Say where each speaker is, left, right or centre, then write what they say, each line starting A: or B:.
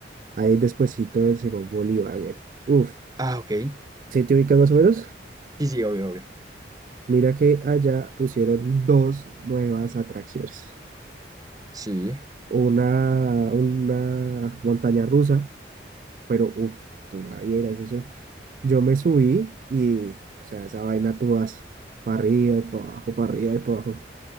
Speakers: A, on the right (about 45°); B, on the right (about 20°).
A: ahí despuesito del Simón Bolívar. Uf,
B: Ah, ok. Sí,
A: ¿sí te ubicas más o menos?
B: sí, obvio, obvio.
A: Mira que allá pusieron dos nuevas atracciones.
B: Sí.
A: una, una montaña rusa, pero uff, tú la vieras, eso. Yo me subí y, o sea, esa vaina tú vas para arriba y para abajo, para arriba y para abajo.